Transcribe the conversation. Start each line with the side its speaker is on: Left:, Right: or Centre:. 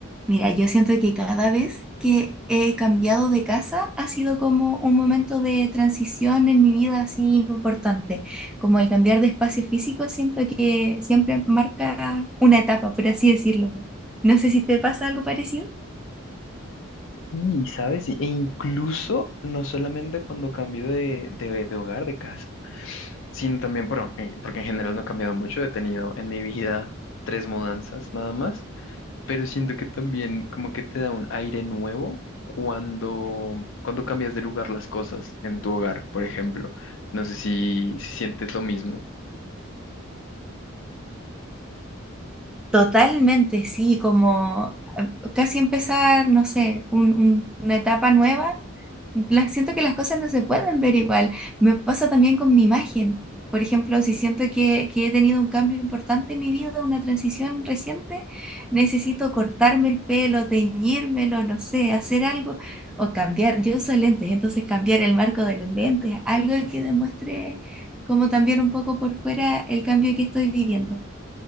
Centre: Mira, yo siento que cada vez que he cambiado de casa ha sido como un momento de transición en mi vida así importante. Como el cambiar de espacio físico, siento que siempre marca una etapa, por así decirlo. No sé si te pasa algo parecido.
Left: Sí, ¿sabes? E incluso no solamente cuando cambio de, de, de hogar, de casa, sino también, bueno, eh, porque en general no he cambiado mucho, he tenido en mi vida tres mudanzas nada más, pero siento que también como que te da un aire nuevo cuando, cuando cambias de lugar las cosas en tu hogar, por ejemplo. No sé si, si sientes lo mismo.
Centre: Totalmente, sí, como eh, casi empezar, no sé, un- un- una etapa nueva las, siento que las cosas no se pueden ver igual. Me pasa también con mi imagen. Por ejemplo, si siento que, que he tenido un cambio importante en mi vida, una transición reciente, necesito cortarme el pelo, teñírmelo, no sé, hacer algo o cambiar. Yo uso lentes, entonces cambiar el marco de los lentes, algo que demuestre como también un poco por fuera el cambio que estoy viviendo.